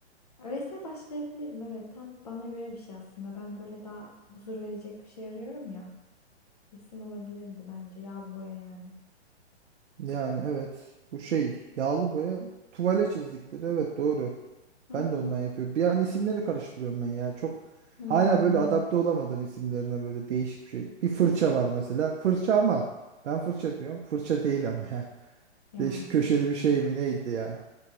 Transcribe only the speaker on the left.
resme başlayabilirim. Evet tam bana göre bir şey aslında. Ben böyle daha huzur verecek bir şey arıyorum ya. Resim olabilirdi bence. Yağlı boya yani.
Hı
hı.
Hmm.
Ya